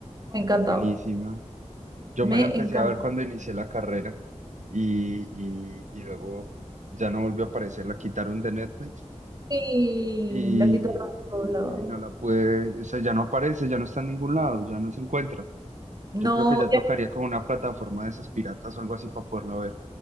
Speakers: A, on the right; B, on the right.
A: Me
B: es
A: encantaba.
B: buenísima. Yo
A: Me
B: me la empecé
A: encantaba.
B: a ver cuando inicié la carrera y, y, y luego ya no volvió a aparecer, la quitaron de Netflix
A: Y
B: y,
A: la guitarra doblada.
B: y no la pude, o sea, ya no aparece, ya no está en ningún lado, ya no se encuentra.
A: No,
B: Yo creo que ya tocaría como una plataforma de esas piratas o algo así para poderla ver.